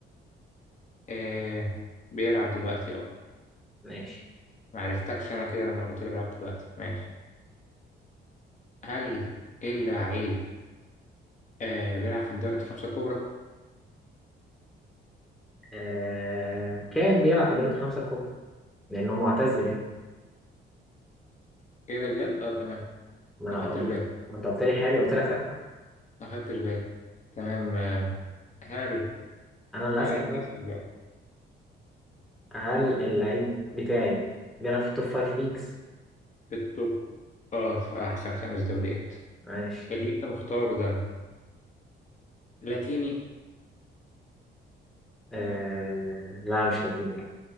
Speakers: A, on the left; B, in the centre.
A: آه بيلعب دلوقتي أه
B: ماشي
A: معرفتكش أنا كده لما قلت لي بيلعب دلوقتي ماشي هل اللعيب آه بيلعب في الدوري الخمسة الكبرى؟
B: آه... كان بيلعب في دوري الخمسه الكبرى لانه معتزل يعني
A: ايه ده بجد؟ اه تمام
B: ما انا
A: ما خدتش
B: ما انت
A: بالي
B: ما أنت قلت لي حالي قلت لك لا
A: ما خدتش بالي تمام آه هل
B: انا اللي
A: هل
B: هسال
A: انت
B: بقى
A: بقى
B: هل اللعيب بتاعي بيلعب في التوب فايف ليجز
A: في التوب اه في احسن خمس دوريات
B: ماشي
A: اللي انت مختاره ده لاتيني؟
B: آه... لا مش لاتيني